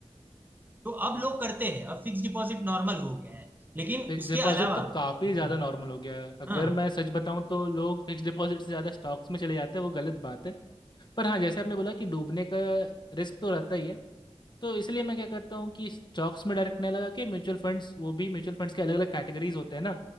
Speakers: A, on the right; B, on the left.
A: तो अब लोग करते हैं अब फिक्स डिपॉजिट नॉर्मल हो गया है लेकिन
B: फिक्स
A: उसके
B: डिपॉजिट
A: अलावा
B: तो काफ़ी
A: हम्म,
B: ज़्यादा नॉर्मल हो गया है अगर
A: हाँ
B: मैं सच बताऊं तो लोग फिक्स डिपॉजिट से ज़्यादा स्टॉक्स में चले जाते हैं वो गलत बात है पर हाँ जैसे आपने बोला कि डूबने का रिस्क तो रहता ही है तो इसलिए मैं क्या करता हूँ कि स्टॉक्स में डायरेक्ट नहीं लगा के म्यूचुअल फंड्स वो भी म्यूचुअल फंड्स के अलग अलग कैटेगरीज होते हैं ना